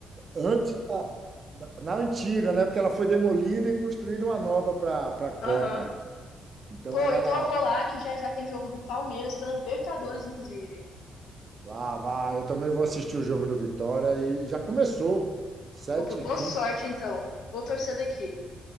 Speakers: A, on the right; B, on the left.
A: Antes Na na antiga, né? Porque ela foi demolida e construíram uma nova para para a Copa.
B: Aham.
A: Então
B: Pô,
A: era
B: então
A: na.
B: eu vou lá que já já tem jogo do Palmeiras pela Libertadores, inclusive.
A: Ah, vai, eu também vou assistir o jogo do Vitória e já começou. sete
B: Opa, boa
A: h 15
B: sorte então. Vou torcer daqui.